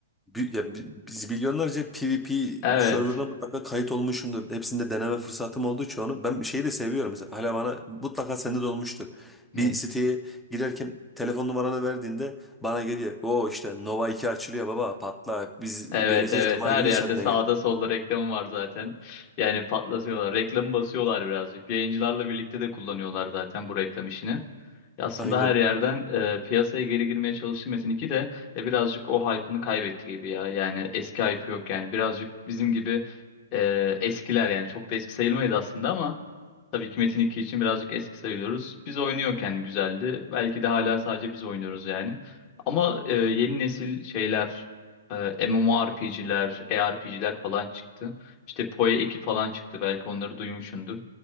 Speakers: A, in the centre; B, on the left.
A: bi- ya bi- biz milyonlarca PvP
B: Evet.
A: serverına mutlaka kayıt olmuşumdur. Hepsinde deneme fırsatım oldu çoğunu. Ben şeyi de seviyorum mesela. Hala bana mutlaka sende de olmuştur.
B: Ne?
A: Bir siteye girerken telefon numaranı verdiğinde bana geliyor. O işte Nova 2 açılıyor baba patla. Biz
B: Evet
A: geleceğiz
B: evet
A: Cuma
B: her
A: günü
B: yerde
A: sen
B: sağda
A: de gel.
B: solda reklam var zaten. Yani patlatıyorlar. Reklamı basıyorlar birazcık. Yayıncılarla birlikte de kullanıyorlar zaten bu reklam işini. Ya aslında
A: <laughs> Aynen.
B: her yerden e, piyasaya geri girmeye çalıştı Metin 2 de ya birazcık o hype'ını kaybetti gibi ya. Yani eski hype yok yani. Birazcık bizim gibi e, eskiler yani çok da eski sayılmayız aslında ama Tabii ki Metin 2 için birazcık eski sayılıyoruz. Biz oynuyorken güzeldi. Belki de hala sadece biz oynuyoruz yani. Ama e, yeni nesil şeyler, e, MMORPG'ler, ARPG'ler falan çıktı. İşte PoE 2 falan çıktı. Belki onları duymuşsundur.